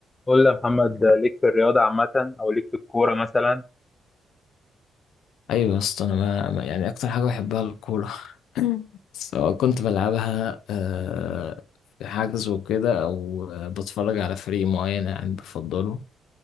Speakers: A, on the left; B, on the left.
A: قول لي يا محمد ليك في الرياضة عامة أو ليك في الكورة مثلا
B: ايوه يا اسطى انا ما ما- يعني اكتر حاجه بحبها الكوره <laughs> سواء كنت بلعبها آه، في حجز وكده او آه، بتفرج على فريق معين يعني بفضله